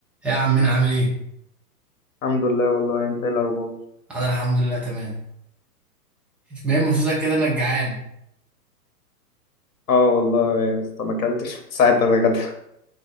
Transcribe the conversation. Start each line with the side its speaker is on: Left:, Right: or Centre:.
Centre: يا عمنا عامل ايه؟
Left: الحمد لله والله انت ايه الاخبار
Centre: انا الحمد لله تمام باين من صوتك كده انك جعان
Left: اه والله يا اسطى ما اكلتش من ساعه الغدا